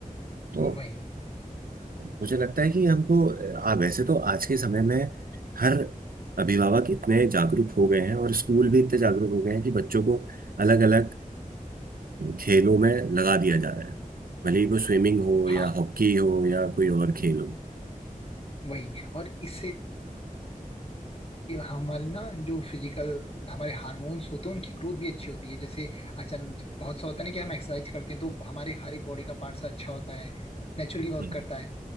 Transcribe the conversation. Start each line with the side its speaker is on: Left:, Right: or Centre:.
Right: तो
Left: वही
Right: मुझे लगता है कि हमको आ, वैसे तो आज के समय में हर अभिभावक इतने जागरूक हो गए हैं और स्कूल भी इतने जागरूक हो गए हैं कि बच्चों को अलग अलग खेलों में लगा दिया जा रहा है भले ही वो स्विमिंग हो
Left: हाँ
Right: या हॉकी हो या कोई और खेल हो
Left: वही और इससे हमारे ना जो फिजिकल हमारे हार्मोन्स होते हैं उनकी ग्रोथ भी अच्छी होती है जैसे अचानक बहुत सा होता है ना कि हम एक्सरसाइज करते हैं तो हमारे हर एक बॉडी का पार्ट्स अच्छा होता है नेचुरली वर्क
Right: हम्म
Left: करता है